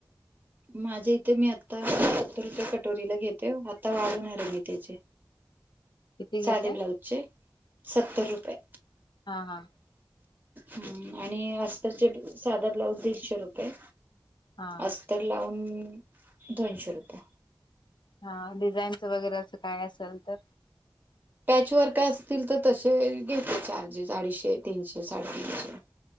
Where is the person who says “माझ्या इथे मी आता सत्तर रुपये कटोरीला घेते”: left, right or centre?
Right